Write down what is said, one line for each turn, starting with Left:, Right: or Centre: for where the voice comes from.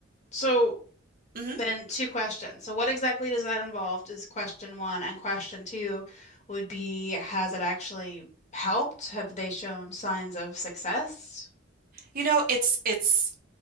Left: So
Right: hmm
Left: then two questions. So what exactly does that involve is question one, and question two would be, has it actually helped? Have they shown signs of success?
Right: You know, it's it's